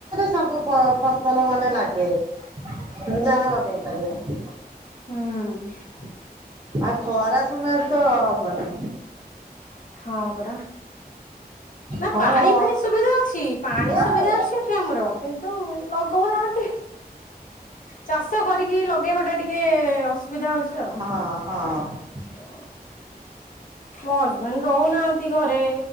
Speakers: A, on the right; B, on the left.
A: ସବୁ ଫସଲ ମାନେ ଲାଗେ ଯାହା ଲଗେଇ ପାରିବ
B: ହୁଁ
A: ଆଉ ଖରା ସମୟରେ ତ ହବନି
B: ହଁ ପରା ନା
A: ହଁ।
B: ପାଣି ଫାଣି ସୁବିଧା ଅଛି ପାଣି
A: ହଁ
B: ସୁବିଧା ଅଛି ଏଠି ଆମର କିନ୍ତୁ ଲଗଉନାହାନ୍ତି ଚାଷ କରିକି ଲଗେଇବା ଟା ଟିକେ ଅସୁବିଧା ହଉଛି ଆଉ
A: ହଁ ହଁ
B: ଓ ମୋ ହଜବେଣ୍ଡ ରହୁନାହାନ୍ତି ଘରେ